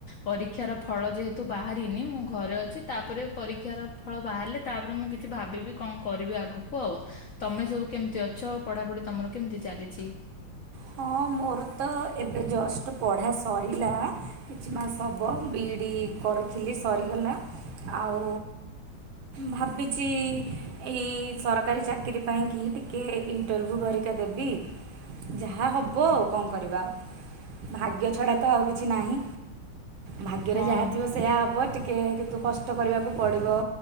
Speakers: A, on the left (about 60°); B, on the right (about 75°).
A: ପରୀକ୍ଷାର ଫଳ ଯେହେତୁ ବାହାରିନି ମୁଁ ଘରେ ଅଛି ତାପରେ ପରୀକ୍ଷାର ଫଳ ବାହାରିଲେ ତାପରେ ମୁଁ କିଛି ଭାବିବି କଣ କରିବି ଆଗକୁ ଆଉ ତମେ ସବୁ କେମିତି ଅଛ ପଢ଼ାପଢ଼ି ତମର କେମିତି ଚାଲିଛି।
B: ହଁ ମୋର ତ ଏବେ ଜଷ୍ଟ ପଢ଼ା ସରିଲା କିଛି ମାସ ହବ ବିଇଢ଼ି କରୁଥିଲି ସରିଗଲା ଆଉ ଭାବିଚି ଏଇ ସରକାରୀ ଚାକିରି ପାଇଁକି ଟିକେ ଇଣ୍ଟରଭ୍ୟୁ ଭରିକା ଦେବି। ଯାହା ହବ ଆଉ କଣ କରିବା ଭାଗ୍ୟ ଛଡ଼ା ତ ଆଉ କିଛି ନାହିଁ। ଭାଗ୍ୟରେ
A: ହଁ
B: ଯାହା ଥିବ ସେ ସେୟା ହବ ଟିକେ କିନ୍ତୁ କଷ୍ଟ କରିବାକୁ ପଡ଼ିବ